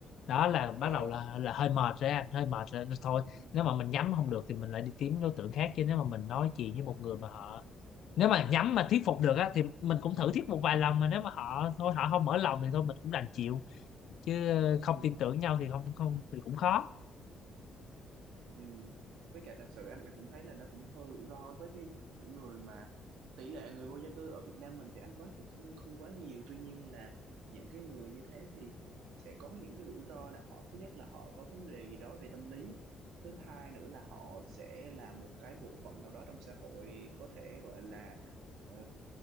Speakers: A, on the left; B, on the right.
A: đó là
B: ờ
A: bắt đầu là là hơi mệt ra hơi mệt rồi thôi
B: ừ.
A: nếu mà mình nhắm không được thì mình lại đi kiếm đối tượng khác chứ nếu mà mình nói chuyện với một người mà họ nếu mà nhắm mà thuyết phục được á thì mình cũng thử thuyết một vài lần mà nếu mà họ thôi họ không mở lòng thì thôi mình cũng đành chịu chứ không
B: Ừ.
A: tin tưởng nhau thì không không thì cũng khó
B: Ừ. Với cả thật sự anh cũng thấy là nó cũng hơi rủi ro với cái những người mà tỷ lệ người vô gia cư ở Việt Nam mình thì anh có cũng không không quá nhiều tuy nhiên là những cái người như thế thì sẽ có những cái rủi ro là họ thứ nhất là họ có vấn đề gì đó về tâm lý thứ hai nữa là họ sẽ là một cái bộ phận nào đó trong xã hội có thể gọi là ờ,